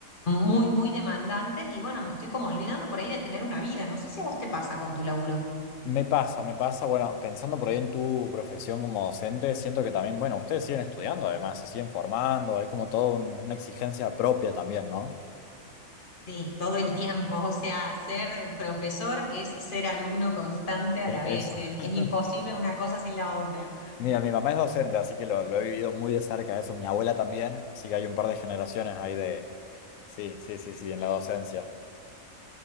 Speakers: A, on the left (about 40°); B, on the left (about 75°).
A: muy, muy demandantes y bueno, me estoy como olvidando por ahí de tener una vida. No sé si a vos te pasa con tu laburo.
B: Me pasa, me pasa, bueno, pensando por ahí en tu profesión como docente, siento que también, bueno, ustedes siguen estudiando además, se siguen formando, hay como toda una exigencia propia también, ¿no?
A: Sí, todo el tiempo. O sea, ser profesor es ser alumno constante a
B: E-
A: la vez.
B: Eso.
A: Es,
B: <laughs>
A: es imposible una cosa sin la otra.
B: Mira, mi mamá es docente, así que lo, lo he vivido muy de cerca eso. Mi abuela también, así que hay un par de generaciones ahí de... Sí, sí, sí, sí, en la docencia.